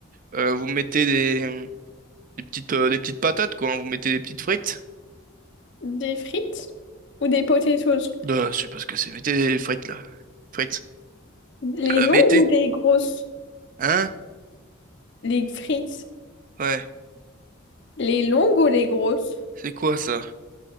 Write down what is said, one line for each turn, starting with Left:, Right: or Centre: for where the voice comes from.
Right: Euh, vous mettez des, des petites, euh, des petites patates, quoi. hein. Vous mettez des petites frites.
Left: Des frites ou des potatoes?
Right: Euh, je sais pas ce que c'est. Mettez des frites là. Frites.
Left: Les
Right: Euh,
Left: longues
Right: mettez.
Left: ou les grosses?
Right: Hein?
Left: Les frites.
Right: Ouais.
Left: Les longues ou les grosses?
Right: C'est quoi ça?